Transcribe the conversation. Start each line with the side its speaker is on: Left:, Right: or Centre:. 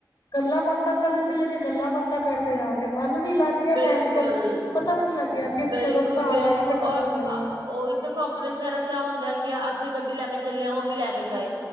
Left: ਗੱਲਾਂ ਬਾਤਾਂ ਕਰਨ ਚਲੇ ਗੇ ਗੱਲਾਂ ਬਾਤਾਂ ਕਰਦੇ ਆ ਗਏ ਮਨ ਵੀ ਲੱਗ ਗਿਆ
Right: ਬਿਲਕੁਲ
Left: ਟਾਈਮ ਸਿਰ ਪਤਾ ਵੀ ਨੀ ਲੱਗਿਆ ਕਿ ਅਸੀਂ
Right: ਬਿਲਕੁਲ
Left: ਕਦੋਂ ਘਰ
Right: ਬਿਲਕੁਲ
Left: ਆਏ ਆ ਤੇ ਕਦੋਂ
Right: ਔਰ
Left: ਗਏ
Right: ਅ
Left: ਆ
Right: ਓਹੀ ਤੇ ਅਪਨੇ ਸ਼ੈਰਾ ਚ ਐ ਹੁੰਦਾ ਐ ਕਿ ਅਸੀ ਗੱਡੀ ਲੈ ਕੇ ਚੱਲੇ ਆ ਓਵੀ ਲੈ ਕੇ ਜਾਏ।